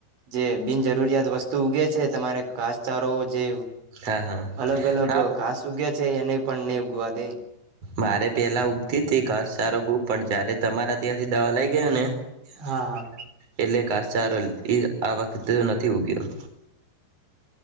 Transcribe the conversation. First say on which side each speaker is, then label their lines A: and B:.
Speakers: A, on the right; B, on the right.
A: જે બિનજરૂરિયાત વસ તુ ઉગે છે તમારે ઘાસચારો જે
B: હા હા
A: અલગ અલગ
B: હા
A: ઘાસ ઉગયા છે એને પંને ઉગવા દે
B: મારે પેલા ઉગતી તી ઘાસ ચારો ખૂબ પણ જયારે તમારા ત્યાથી દવા લઈ ગયોને
A: હા
B: એટલે ઘાસચારો લે એ આ વખતે નથી ઉગ્યો